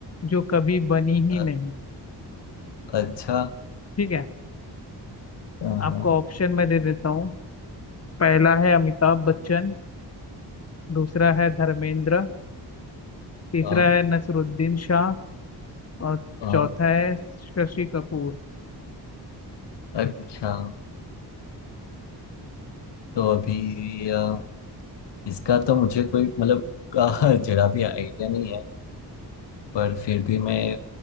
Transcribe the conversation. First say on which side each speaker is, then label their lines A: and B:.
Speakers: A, on the left; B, on the left.
A: जो कभी बनी
B: अ-
A: ही नहीं
B: अच्छा
A: ठीक है
B: अ, हम्म,
A: आपको ऑप्शन मैं दे देता हूँ पहला है अमिताभ बच्चन दूसरा है धर्मेंद्र तीसरा
B: अ,
A: है नसरुद्दीन शाह और
B: अ,
A: चौथा है शशि कपूर
B: अच्छा तो अभी अ, इसका तो मुझे कोई मतलब अ, <laughs> जरा भी आइडिया नहीं है पर फिर भी मैं